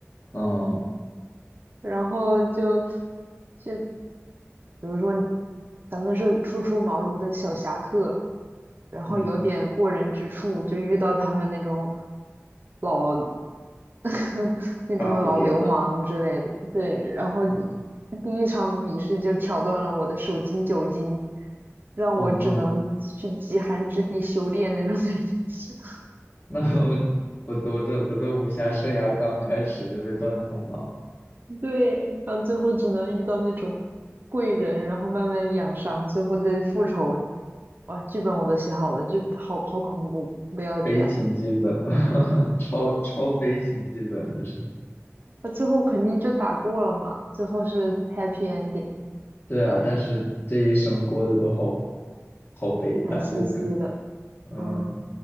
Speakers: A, on the left (about 45°); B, on the right (about 45°).
A: 哦
B: 然后就就比如说咱们是初出茅庐的小侠客，然后有点过人之处，
A: 嗯
B: 就遇到他们那种。老。<laughs> 那种老流氓之类的。
A: ，buff 叠满，
B: 对，然后
A: 嗯
B: 第一场比试就挑断了我的手筋脚筋，让我只能去极寒之地修炼那种感觉。
A: 哦 h no，
B: <laughs> 是，
A: <laughs> 那我我我的我的武侠生涯刚开始就被断送了。
B: 对，然后最后只能遇到那种贵人，然后慢慢养伤，最后再复仇。哇，剧本我都写好了，就好好恐怖，不要这样。
A: 悲情剧本，<laughs> 超超悲情剧本，这是
B: 那最后肯定就打过了嘛，最后是 happy ending，
A: 对啊，但是这一生过得都好好悲惨，
B: 蛮欣喜的。
A: 就感嗯。
B: 嗯。